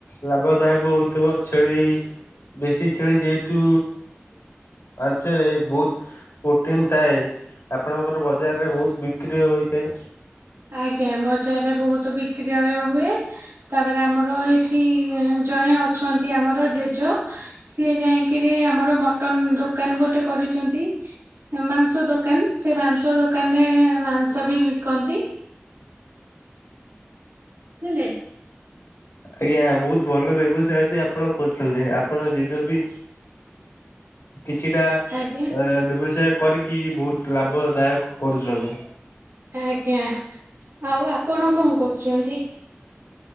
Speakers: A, on the left (about 75°); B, on the right (about 65°).
A: ଲାଭଦାୟକ ହୋଇଥିବ ଛେଳି ଦେଶୀ ଛେଳି ଯେହେତୁ ଆଞ୍ଚରେ ବହୁତ ପ୍ରୋଟିନ୍ ଥାଏ ଆପଣଙ୍କର ବଜାରରେ ବହୁତ ବିକ୍ରି ହୋଇଥାଏ।
B: ଆଜ୍ଞା ବଜାରରେ ବହୁତ ବିକ୍ରି ଆଜ୍ଞା ହୁଏ। ତାପରେ ଆମର ଏଠି ଜଣେ ଅଛନ୍ତି ଆମର ଜେଜ ସିଏ ଯାଇକିରି ଆମର ମଟନ ଦୋକାନ ଗୋଟେ କରିଚନ୍ତି ମାଂସ ଦୋକାନ ସେ ମାଂସ ଦୋକାନ ରେ ମାଂସ ବି ବିକନ୍ତି। ବୁଝିଲେ।
A: ଆଜ୍ଞା ବହୁତ ଭଲ ବ୍ୟବସାୟ ବି ଆପଣ କରୁଛନ୍ତି ଆପଣ ଯେବେ ବି କିଛିଟା
B: ଆଜ୍ଞା
A: ବ୍ୟବସାୟ କରିକି ବହୁତ ଲାଭଦାୟକ କରୁଛନ୍ତି।
B: ଆଜ୍ଞା ଆଉ ଆପଣ କଣ କରୁଚନ୍ତି?